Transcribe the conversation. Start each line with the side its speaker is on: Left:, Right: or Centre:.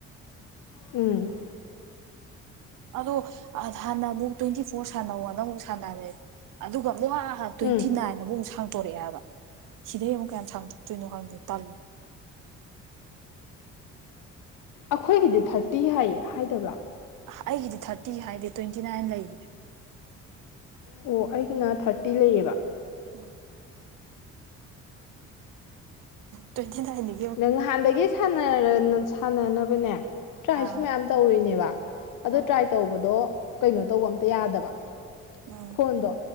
Left: ꯎꯝ
Right: ꯑꯗꯣ ꯍꯥꯟꯅ ꯑꯃꯨꯛ ꯇ꯭ꯋꯦꯟꯇꯤ ꯐꯣꯔ ꯁꯥꯟꯅꯧꯅ ꯑꯃꯨꯛ ꯁꯥꯟꯅꯔꯦ ꯑꯗꯨꯒ ꯑꯃꯨꯛ ꯍꯥ ꯇ꯭ꯋꯦꯟꯇꯤ
Left: ꯎꯝ
Right: ꯅꯥꯏꯟ ꯑꯃꯨꯛ ꯁꯥꯡꯇꯣꯛꯑꯦꯕ ꯁꯤꯗꯩ ꯑꯃꯨꯛ ꯀꯌꯥꯝ ꯁꯥꯡꯇꯣꯛꯇꯣꯏꯅꯣ ꯈꯪꯗꯦ ꯇꯜꯂꯦ
Left: ꯑꯈꯣꯏꯒꯤꯗꯤ ꯊꯥꯔꯇꯤ ꯍꯥꯏꯌꯦ ꯍꯥꯏꯗꯕ꯭ꯔꯥ
Right: ꯑꯩꯒꯤꯗꯤ ꯊꯥꯔꯇꯤ ꯍꯥꯏꯗꯦ ꯇ꯭ꯋꯦꯟꯇꯤ ꯅꯥꯏꯟ ꯂꯩ
Left: ꯑꯣ ꯑꯩꯒꯤꯅ ꯊꯥꯔꯇꯤ ꯂꯩꯌꯦꯕ
Right: ꯎꯝ ꯇ꯭ꯋꯦꯟꯇꯤꯅꯥꯏꯟ <unintelligible>
Left: ꯅꯪ ꯅꯍꯥꯟꯗꯒꯤ ꯁꯥꯟꯅꯔ ꯁꯥꯟꯅꯅꯕꯅꯦ ꯇ꯭ꯔꯥꯏꯁꯨ
Right: ꯑꯥ
Left: ꯃꯌꯥꯝ ꯇꯧꯔꯤꯅꯦꯕ ꯑꯗꯨ
Right: ꯍꯣꯏ
Left: ꯇ꯭ꯔꯥꯏ ꯇꯧꯕꯗꯣ ꯀꯩꯅꯣ ꯇꯧꯕ ꯑꯝꯇ ꯌꯥꯗꯕ
Right: ꯎꯝ
Left: ꯐꯣꯟꯗꯣ